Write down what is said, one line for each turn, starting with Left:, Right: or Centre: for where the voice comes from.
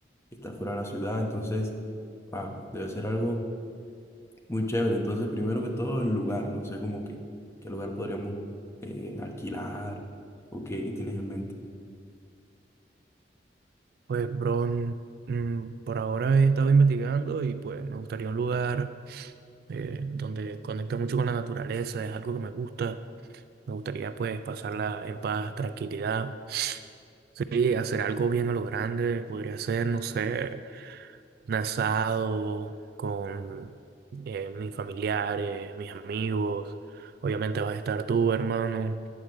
Left: que está fuera de la ciudad, entonces ah, debe ser algo muy chévere. Entonces, primero que todo, el lugar. No sé cómo que qué lugar podríamos eh, alquilar o qué, qué tienes en mente.
Right: Pues, bro, mm, por ahora he estado investigando y pues me gustaría un lugar eh, donde conecte mucho con la naturaleza, es algo que me gusta. Me gustaría pues pasarla en paz, tranquilidad. Sí, hacer algo bien a lo grande, podría ser, no sé. un asado con eh, mis familiares, mis amigos. Obviamente vas a estar tú, hermano,